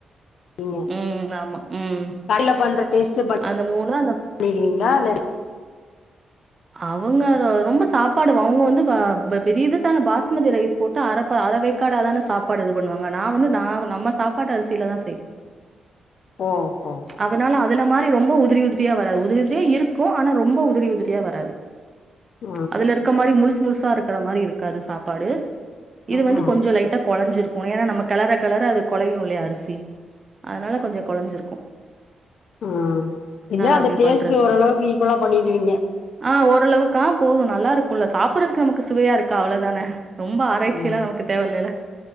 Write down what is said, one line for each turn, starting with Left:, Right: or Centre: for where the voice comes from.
Left: கீங்க
Right: ம் ஆமா. ம்.
Left: கடைல பண்ற டேஸ்ட்டு பண்
Right: அந்த அந்த
Left: ணிருவீங்களா இல்ல
Right: அவங்க ரொ ரொம்ப சாப்பாடு வ அவுங்க வந்து வ பெ பெரியது இது தான பாஸ்மதி ரைஸ் போட்டு அர ப அரவேக்காடா தான சாப்பாடு இது பண்ணுவாங்க நா வந்து நா நம்ம சாப்பாட்டு அரிசியில தா செய்வே
Left: ஓ ஓ
Right: அதனால அதுல மாரி ரொம்ப உதிரி உதிரியா வராது உதிரி உதிரியா இருக்கு ஆனா ரொம்ப உதிரி உதிரி யா வராது
Left: ஆ
Right: அதுல இருக்க மாரி முழுசு முழுசா இருக்கிற மாரி இருக்காது சாப்பாடு இது
Left: ம்
Right: வந்து கொஞ்சோ லைட்டா கொலஞ்சிருக் ஏனா நம்ம கெலர கெலர அது கொலையு இல்லையா அரிசி அதனால கொஞ்சோ கொலஞ்சிருக்கு
Left: ஆ இதா அந்த
Right: அப்டி
Left: டேஸ்ட்டு
Right: பண்றது
Left: ஓரளவுக்கு ஈக்குவலா பண்ணிருவீங்க
Right: ஆ ஓரளவுக்கா போது நல்லா இருக்குல்ல சாப்பிட்றதுக்கு நமக்கு சுவையா இருக்கா அவ்ளதான ரொம்ப ஆராய்ச்சி
Left: ம்
Right: எல்லா நமக்கு தேவ இல்லல